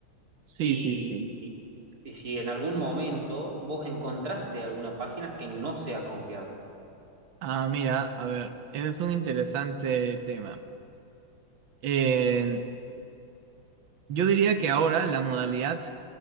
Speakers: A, on the right; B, on the right.
A: Sí,
B: Y,
A: sí, sí.
B: y- y si en algún momento vos encontraste alguna página que no sea confiable.
A: Ah, mira, a ver, ese es un interesante tema. Eh, yo diría que ahora la modalidad